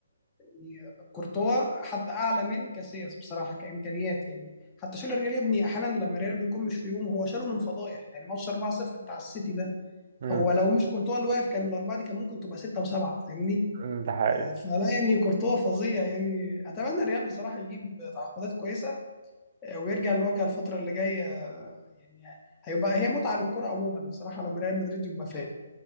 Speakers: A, on the left (about 20°); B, on the right (about 45°).
A: يعني كورتوا حتى أعلى من كاسياس بصراحة كإمكانيات يعني حتى شال الريال يا ابني احيانا لما الريال بيكون مش في يوم هو شاله من فضايح يعني ماتش 4-0 بتاع السيتي ده
B: امم
A: هو لو مش كورتوا اللي واقف كان الاربعه دي كان ممكن تبقى سته وسبعه فاهمني
B: <laughs> ده حقيقي
A: آه، فلا يعني كورتوا فظيع يعني اتمنى الريال بصراحه يجيب تعاقدات كويسه آه، ويرجع للواجهه الفتره اللي جايه يعني هيبقى هي متعه للكره عموما بصراحه لما ريال مدريد يبقى فايق